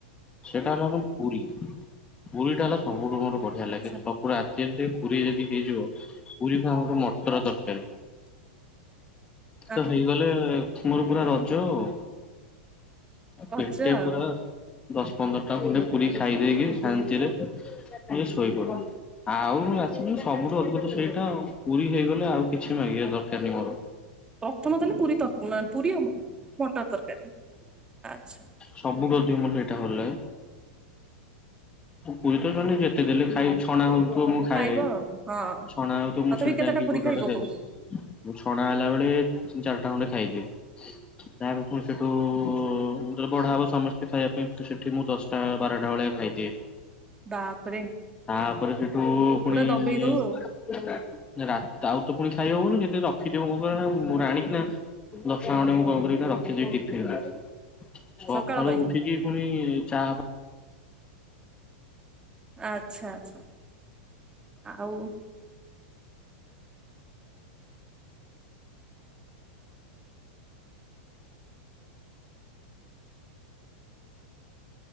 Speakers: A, on the left; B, on the right.
A: ସେଇଟା ହେଲା ଆମର ପୁରୀ ପୁରୀଟା ହେଲା ସବୁଠୁ ମୋର ବଢିଆ ଲାଗେ
B: ଆଚ୍ଛା।
A: ସ କୋ ରାତି ରେ ଯଦି ପୁରୀ ଯଦି ହେଇଯିବ ପୁରୀକୁ ଆମ ମଟର ତରକାରୀ
B: <inaudible>
A: ତ ହେଇଗଲେ ତୁମର ପୁରା ରଜ ଅ
B: ରଜ
A: ପେଟେ
B: ଆଉ
A: ପୁରା ଦଶ ପନ୍ଦର ଟା ଖଣ୍ଡେ ପୁରୀ ଖାଇଦେଇକି ଶାନ୍ତିରେ ଟିକେ ଶୋଇପଡ଼େ। ଆଉ ମୁଁ ରାତିରେ ସବୁଠୁ ଅଧିକ ତ ସେଇଟା ଆଉ ପୁରୀ ହେଇଗଲେ ଆଉ କିଛି ମାଗିବା ଦରକାର ନାହିଁ ମୋର
B: ପ୍ରଥମ ତାହଲେ ପୁରୀ ତର ପୁରୀ ଓ ମଟର ତରକାରୀ ଆଛା
A: ସବୁଠୁ ଅଧିକ ମୋତେ ଏଇଟା ଭଲ ଲାଗେ ପୁରୀ ତ ସେମାନେ ଯେତେ ଦେଲେ ଖାଇଛୁ ଛଣା ହଉ ଥୁବ ମୁଁ ଖାଇଏବି
B: ଖାଇବ ଆଉ ହଁ
A: ଛଣା ହଉ ତ
B: ତଥାପି
A: ମୁଁ ସେଠି
B: କେତେଟା
A: ଯାଇକି
B: ପୁରୀ
A: ଗୋଟେ
B: ଖାଇ
A: ଗୋଟେ
B: ପକଉ
A: ଖାଇଦିଏ। ମୁଁ ଛଣା ହେଲା ବେଳେ ତିନି ଚାରିଟା ଖଣ୍ଡେ ଖାଇଦିଏ ତାପରେ ପୁଣି ସେଠୁ ଉ ବଢା ହବ ସମସ୍ତେ ଖାଇବା ପାଇଁ ଏଠି ସେଠି ମୁଁ ଦଶଟା ବାରଟା ଭଳିଆ ଖାଇଦିଏ।
B: ବାପରେ
A: ତାପରେ ସେଠୁ ପୁଣି
B: ପୁରା ଦବେଇ
A: ଇ
B: ଦଉ ଆଉ
A: ରା ତା ଉପରେ ତ ପୁଣି ଖାଇ ହବନି ସେଇଥିପାଇ ରଖିଥିବ ମୋ ପାଇଁ ମୁଁ ମୋର ଆଣି କିନା <unintelligible> ମୁଁ କଲ୍ କରିକି ନା ରଖିଦେଇ ଟିଫିନରେ ସକାଳୁ
B: ସକାଳ ପାଇଁ
A: ଉଠିକି ପୁଣି ଚାହା
B: ଆଚ୍ଛା ଆଚ୍ଛା ଆଉ